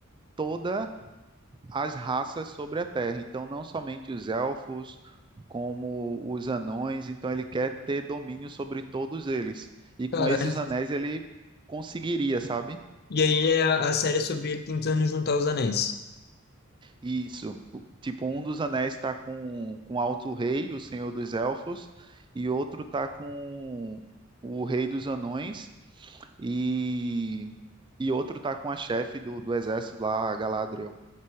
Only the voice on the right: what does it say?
toda as raças sobre a Terra. Então, não somente os elfos, como os anões. Então, ele quer ter domínio sobre todos eles. E com
esses anéis, ele conseguiria, sabe?
Isso. O- Tipo, um dos anéis está com, com Alto Rei, o Senhor dos Elfos, e outro está com o Rei dos Anões, e, e outro está com a chefe do, do exército lá, a Galadriel.